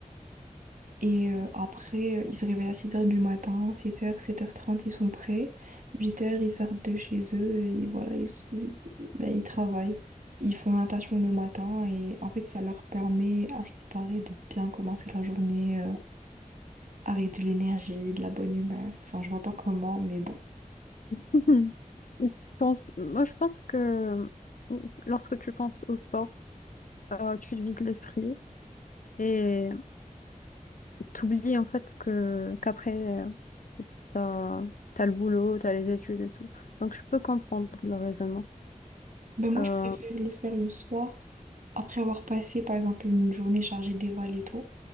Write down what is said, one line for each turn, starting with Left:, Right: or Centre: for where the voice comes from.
Right: Et euh, après, euh, ils se réveillent à 7 heures du matin, sept heures, sept heures trente ils sont prêts. Huit heures ils sortent de chez eux et voilà, ils, ils, ben, ils travaillent. Ils font la natation le matin et en fait, ça leur permet, à ce qui paraît, de bien commencer la journée euh, avec de l'énergie, de la bonne humeur. Enfin, je vois pas comment, mais bon.
Left: Mhm. Je pense- moi, je pense que lorsque tu penses au sport, euh, tu te vides l'esprit et t'oublies en fait que qu'après, euh, t'as, t'as le boulot, t'as les études et tout. Donc, je peux comprendre le raisonnement.
Right: Ben moi,
Left: Euh,
Right: je préfère le faire le soir, après avoir passé, par exemple, une journée chargée d'éval et tout.